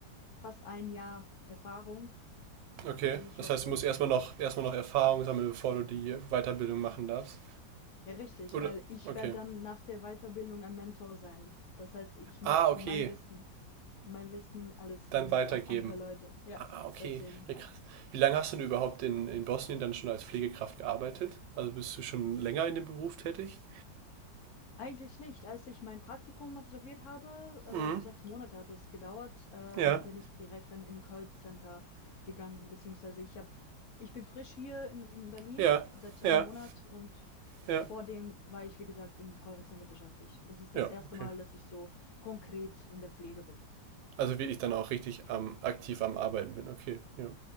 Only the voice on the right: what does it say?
Okay.
Das
heißt, du musst erstmal noch, erstmal noch Erfahrung sammeln, bevor du die Weiterbildung machen darfst.
Oder?
Okay.
Ah, okay.
Dann
weitergeben.
Ah, okay.
Ja, krass. Wie lange hast du denn überhaupt in, in Bosnien dann schon als Pflegekraft gearbeitet? Also bist du schon länger in dem Beruf tätig?
Mhm.
Ja.
Ja.
Ja.
Ja.
Ja,
okay.
Also wirklich dann auch richtig am, aktiv am Arbeiten bin. Okay. Ja.